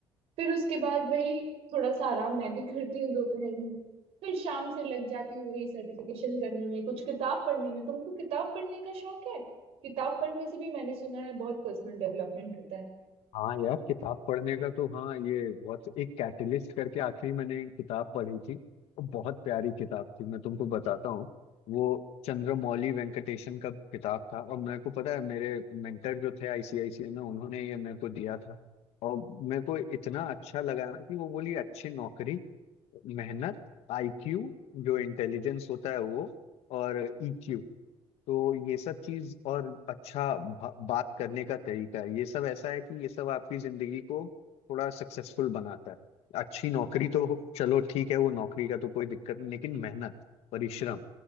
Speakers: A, on the right; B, on the left.
A: फिर उसके बाद वही थोड़ा सा आराम मैं भी करती हूँ दोपहर में फिर शाम से लग जाती हूँ वही सर्टिफिकेशन करने में कुछ किताब पढ़ने में तुमको किताब पढ़ने का शौक है किताब पढ़ने से भी मैंने सुना है बहुत पर्सनल डेवलपमेंट होता है
B: हाँ यार किताब पढ़ने का तो हाँ ये बहुत एक कैटलिस्ट करके आखिरी मैंने किताब पढ़ी थी और बहुत प्यारी किताब थी मैं तुमको बताता हूँ वो चंद्रमौली वेंकटेशन का किताब था और मेरे को पता है मेरे मेंटर जो थे आईसीआईसीआई में उन्होंने ये मेरे को दिया था और मेरे को इतना अच्छा लगा ना कि वो बोली अच्छी नौकरी मेहनत आईक्यू जो इंटेलिजेंस होता है वो और ईक्यू तो ये सब चीज और अच्छा बा- बात करने का तरीका है ये सब ऐसा है कि ये सब आपकी जिंदगी को थोड़ा सक्सेसफुल बनाता है अच्छी नौकरी तो चलो ठीक है वो नौकरी का तो कोई दिक्कत नहीं लेकिन मेहनत परिश्रम